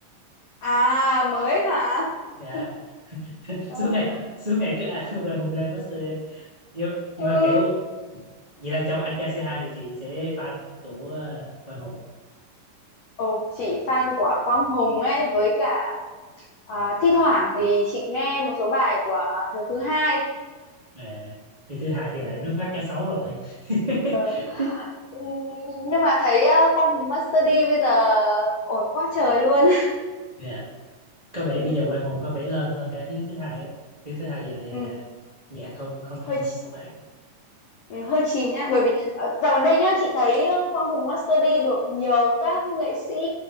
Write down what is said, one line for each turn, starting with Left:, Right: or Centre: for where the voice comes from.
Left: À mới hả?
Right: Dạ.
Left: Ừ.
Right: <laughs>
Left: ờ,
Right: Suốt ngày suốt ngày cứ à, <laughs> Quang Hùng Lê Master D. Nhưng, nhưng
Left: ừ.
Right: mà kiểu vậy là trong anh trai c hai thì chị sẽ fan của ờ, Quang Hùng.
Left: Ồ, chị fan của Quang Hùng ấy với cả à, thi thoảng thì chị nghe một số bài của Hiếu thứ hai.
Right: à, thì thứ hai thì
Left: Ừ.
Right: lại nước mắt cá sấu rồi <laughs>
Left: ờ. Ừ, nhưng mà thấy ờ, Quang Hùng Master D bây giờ ổn quá trời luôn
Right: Nè, có vẻ
Left: <laughs>
Right: bây
Left: ừ,
Right: giờ Quang Hùng có vẻ lên hơn cả Hiếu thứ hai á. Hiếu thứ hai giờ này
Left: ừ,
Right: à, nhạc không không
Left: hơi
Right: không
Left: ch-
Right: không ăn
Left: ừ, hơi chìm nhá bởi vì ờ, dạo gần đây nhá chị thấy ờ, Quang Hùng Master D được nhiều các nghệ sĩ